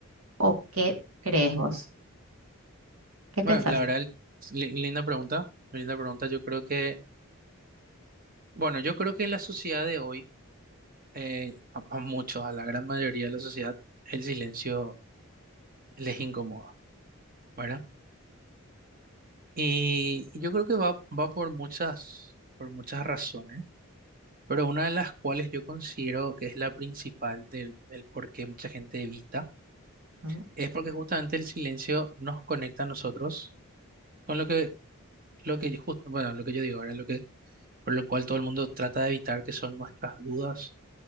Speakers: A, on the right; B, on the right.
A: o qué crees vos? ¿Qué pensás?
B: Bueno, la verdad, li- linda pregunta. Linda pregunta. Yo creo que, bueno, yo creo que en la sociedad de hoy, eh, a, a muchos, a la gran mayoría de la sociedad, el silencio les incomoda, ¿verdad? Y, y yo creo que va, va por muchas, por muchas razones, pero una de las cuales yo considero que es la principal del, del por qué mucha gente evita,
A: Mm,
B: es porque justamente el silencio nos conecta a nosotros Con lo que, lo que yo- justo, bueno, lo que yo digo ahora, lo que, por lo cual todo el mundo trata de evitar, que son nuestras dudas,